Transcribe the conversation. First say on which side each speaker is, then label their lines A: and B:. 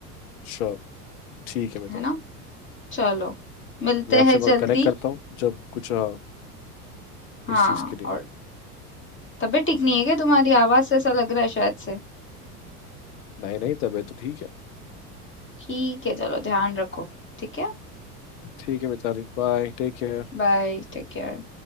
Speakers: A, on the left; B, on the left.
A: श्योर ठीक है मिताली
B: है ना चलो मिलते
A: मैं आपसे
B: हैं जल्दी
A: कनेक्ट करता हूँ जब कुछ अ,
B: हाँ
A: इस चीज़ के लिए
B: और तबीयत ठीक नहीं है क्या तुम्हारी आवाज से ऐसा लग रहा है शायद से
A: नहीं नहीं तब है तो ठीक है
B: ठीक है चलो ध्यान रखो ठीक है
A: ठीक है मिताली बाय टेक केयर
B: Bye take care